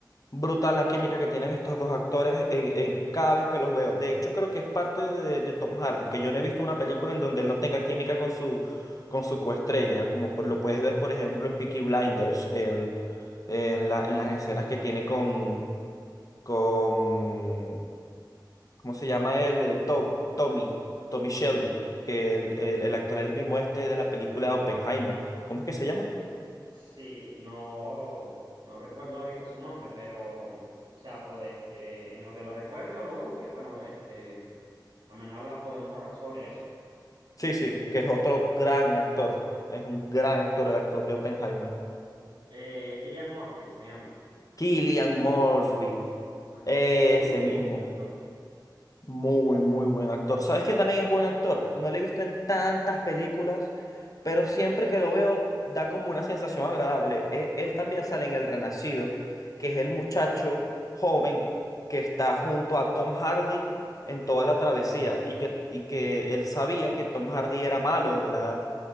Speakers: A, on the left (about 45°); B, on the right (about 80°).
A: brutal la química que tienen estos dos actores en, en cada vez que los veo. De hecho, creo que es parte de, de Tom Hardy, que yo no he visto una película en donde él no tenga química con su, con su coestrella, como por- lo puedes ver, por ejemplo, en Peaky Blinders, el- en la- en las escenas que tiene con, con, ¿cómo se llama él? Eh, To- Tommy, Tommy Shelby, que el, el, el actor es el mismo este de la película Oppenheimer. ¿Cómo es que se llama?
B: Sí, no, no recuerdo ahorita su nombre, pero, mm, o sea, pues, este, en lo que lo recuerde o lo busque, bueno, este, también habla, podemos hablar sobre eso.
A: Sí, sí, que es otro gran actor. Es un gran actor, el actor de Oppenheimer.
B: Eh, Cillian Murphy se llama.
A: Killian Murphy.
B: Cillian Murphy. ajá.
A: Ese
B: Muy
A: mismo.
B: buen actor.
A: Muy,
B: <clears throat>
A: muy buen actor. ¿Sabes que también es buen actor? No lo he visto en tantas películas, pero siempre que lo veo da como una sensación agradable. E- Él también sale en El Renacido, que es el muchacho joven que está junto a Tom Hardy en toda la travesía y que, y que él sabía que Tom Hardy era malo, era